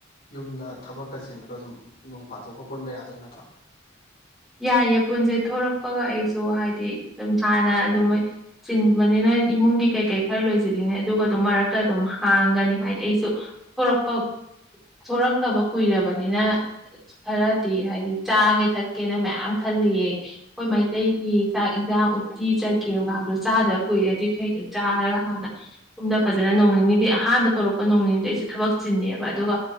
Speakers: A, on the left; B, in the centre.
A: ꯌꯨꯝꯗ ꯊꯕꯛꯀ ꯆꯤꯡ ꯈꯗ ꯑꯗꯨꯝ ꯅꯣꯡ ꯐꯥꯗꯣꯛꯑꯒ ꯄꯨꯟꯕ ꯌꯥꯗꯣꯏ ꯅꯠꯇ꯭ꯔꯥ
B: ꯌꯥꯏꯌꯦ ꯄꯨꯟꯁꯦ ꯊꯣꯔꯛꯄꯒ ꯑꯩꯁꯨ ꯍꯥꯏꯗꯤ ꯑꯗꯨꯝ ꯍꯥꯟꯅ ꯑꯗꯨꯝꯃꯥꯏ ꯆꯤꯟꯕꯅꯤꯅ ꯏꯃꯨꯡꯒꯤ ꯀꯩꯀꯩ ꯈꯔ ꯂꯣꯏꯁꯤꯜꯂꯤꯉꯩ ꯑꯗꯨꯒ ꯑꯗꯨꯝ ꯃꯔꯛꯇ ꯑꯗꯨꯝ ꯍꯥꯡꯒꯅꯤ ꯍꯥꯏꯗꯤ ꯑꯩꯁꯨ ꯊꯣꯔꯛꯄ ꯊꯣꯔꯛꯇꯕ ꯀꯨꯏꯔꯕꯅꯤꯅ ꯈꯔꯗꯤ ꯍꯥꯏꯗꯤ ꯆꯥꯒꯦ ꯊꯛ ꯀꯦꯅ ꯃꯌꯥꯝ ꯈꯜꯂꯤꯌꯦ ꯑꯩꯈꯣꯏ ꯃꯩꯇꯩꯒꯤ ꯆꯥꯛ ꯌꯦꯟꯖꯥꯡ ꯎꯠꯇꯤ ꯆꯒꯦꯝꯒꯗꯣ ꯆꯥꯗꯕ ꯀꯨꯏꯔꯦ ꯑꯗꯨꯏꯈꯩꯗꯣ ꯆꯥꯔꯒ ꯍꯥꯟꯅ ꯁꯨꯝꯗ ꯐꯖꯅ ꯅꯣꯡ ꯅꯤꯅꯤꯗꯤ ꯑꯍꯥꯟꯕ ꯊꯣꯛꯂꯛꯄ ꯅꯣꯡ ꯅꯤꯅꯤꯗ ꯑꯩꯁꯨꯦ ꯊꯕꯛ ꯆꯤꯟꯅꯦꯕ ꯑꯗꯨꯒ